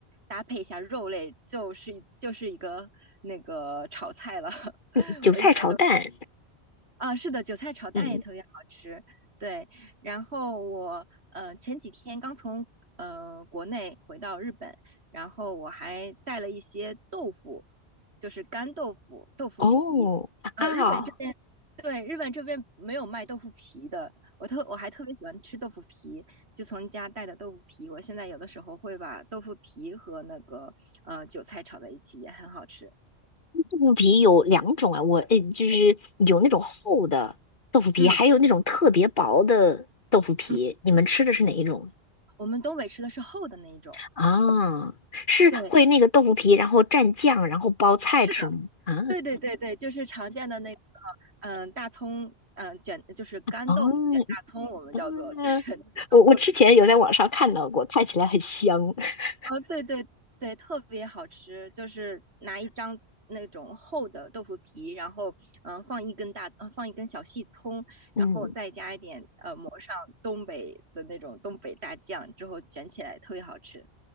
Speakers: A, on the right; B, on the left.
A: 搭配一下肉类，就是就是一个那个炒菜了。<laughs>
B: 嗯，韭菜炒蛋，
A: 我一般都啊，是的，韭菜炒蛋也特别好吃。
B: 嗯
A: 对，然后我呃前几天刚从呃国内回到日本，然后我还带了一些豆腐，就是干豆腐、豆腐皮。
B: 哦啊哦。
A: 呃，日本这边对日本这边没有卖豆腐皮的，我特我还特别喜欢吃豆腐皮，就从家带的豆腐皮。我现在有的时候会把豆腐皮和那个呃韭菜炒在一起，也很好吃。
B: 豆腐皮有两种啊，我呃就是有那种厚的豆腐皮，
A: 嗯
B: 还有那种特别薄的豆腐皮。
A: 嗯，
B: 你们吃的是哪一种
A: 我们东北吃的是厚的那一种。
B: 啊？是会那个豆腐皮，
A: 对，
B: 然后蘸酱，然后包菜吃吗？
A: 是的。
B: 啊，
A: 对对对对，就是常见的那个，嗯，大葱，嗯，卷就是干豆腐卷大葱，
B: 哦，
A: 我们叫做就是那个豆腐皮，
B: 嗯我我之前有在网上看到过，看起来很香。<laughs>
A: 哦，对对对，特别好吃，就是拿一张那种厚的豆腐皮，然后嗯呃放一根大，呃放一根小细葱，
B: 嗯。
A: 然后再加一点呃抹上东北的那种东北大酱之后卷起来，特别好吃。